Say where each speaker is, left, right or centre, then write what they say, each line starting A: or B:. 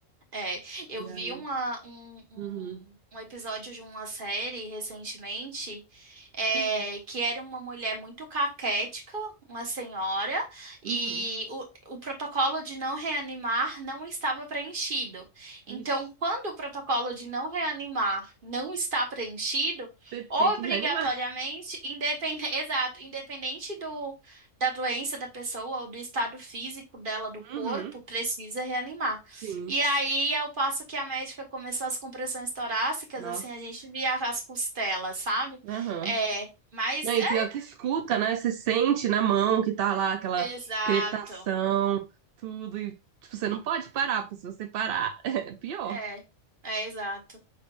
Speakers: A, on the right; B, on the right.
A: É, eu
B: E
A: vi
B: aí.
A: uma, um, um,
B: Uhum,
A: um episódio de uma série recentemente, é,
B: uhum,
A: que era uma mulher muito caquética, uma senhora, e
B: uhum.
A: o, o protocolo de não reanimar não estava preenchido. Então,
B: Ixi.
A: quando o protocolo de não reanimar não está preenchido,
B: Você tem
A: obrigatoriamente,
B: que reanimar.
A: independente, <laughs> exato, independente do, da doença da pessoa ou do estado físico dela, do
B: Uhum,
A: corpo, precisa reanimar.
B: sim.
A: E aí, ao passo que a médica começou as compressões torácicas,
B: Nossa.
A: assim, a gente via as costelas, sabe?
B: Aham.
A: É, mas
B: Não, e
A: é
B: pior que escuta, né? Você sente na mão que tá lá aquela
A: exato.
B: crepitação, tudo. E, tipo, você não pode parar, porque se você parar, <laughs> é pior.
A: É, é exato.